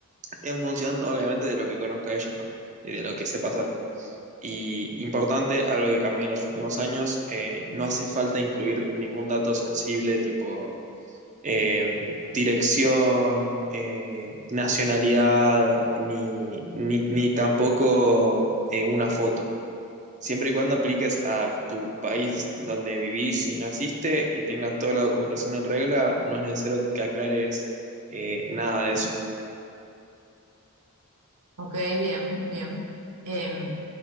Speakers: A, on the right; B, on the right.
A: en función obviamente de lo que conozca ella, ¿no? Y de lo que sepa hacer. Y importante, algo que cambió en los últimos años, eh, no hace falta incluir ningún dato sensible tipo eh, dirección, eh, nacionalidad, ni, ni, ni tampoco eh, una foto. Siempre y cuando apliques a tu país donde vivís y naciste y tengas toda la documentación en regla, no es necesario que, que aclares eh, nada de eso.
B: Ok, bien, bien. Eh,